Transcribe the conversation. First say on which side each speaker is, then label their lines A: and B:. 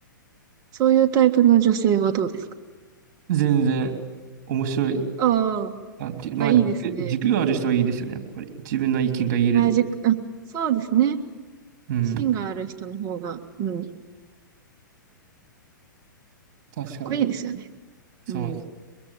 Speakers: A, on the right; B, on the right.
A: そういうタイプの女性はどうですか
B: 全然面白い。
A: ああー。
B: なんてまあ、
A: あ、いいですね。
B: 軸、軸がある人はいいですよね、やっぱり。自分の意見が言えると。
A: 原宿、あ、そうですね。
B: うん。
A: 芯がある人の方が、うん、か
B: 確かに。
A: っこいいですよね。
B: そう。
A: うん。
B: ち